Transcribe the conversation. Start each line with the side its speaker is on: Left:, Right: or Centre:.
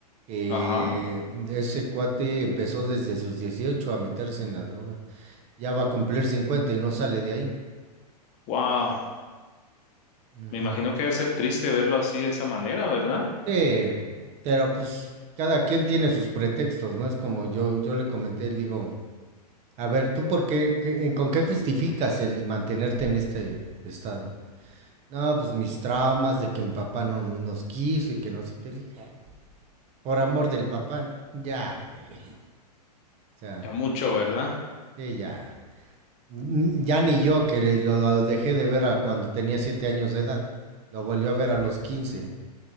Right: que
Left: Ajá.
Right: ese cuate empezó desde sus 18 a meterse en la droga. Ya va a cumplir 50 y no sale de ahí.
Left: Wow.
Right: Ujú.
Left: Me imagino que debe ser triste verlo así de esa manera, ¿verdad?
Right: Sí, pero pues cada quien tiene sus pretextos, ¿no? Es como yo, yo le comenté, le digo, a ver, ¿tú por qué, qué- con qué justificas el mantenerte en este estado? No, pues mis traumas de que mi papá no nos quiso y que no sé qué. Le dije, "Ay, por amor del papá, ya, güey. O sea,
Left: Ya mucho, ¿verdad?
Right: sí, ya. N- Ya ni yo, que lo dejé de ver a cuando tenía siete años de edad. Lo volvió a ver a los 15